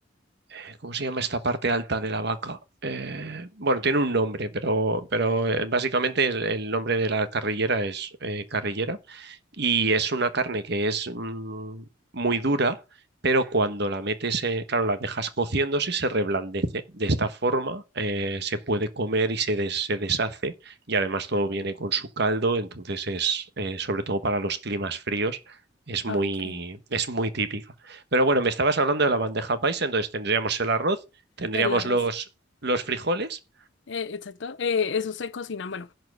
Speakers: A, on the right; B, on the left.
A: eh, ¿Cómo se llama esta parte alta de la vaca? Eh, bueno, tiene un nombre, pero, pero eh, básicamente el, el nombre de la carrillera es eh, carrillera y es una carne que es mm, muy dura, pero cuando la metes, en- claro, la dejas cociéndose, se reblandece. De esta forma eh, se puede comer y se, des- se deshace y además todo viene con su caldo, entonces es, eh, sobre todo para los climas fríos, es muy,
B: Ah, ok.
A: es muy típica. Pero bueno, me estabas hablando de la bandeja paisa, entonces tendríamos el arroz, tendríamos
B: El arroz.
A: los, los frijoles
B: Eh, exacto. Eh, eso se cocina. Bueno,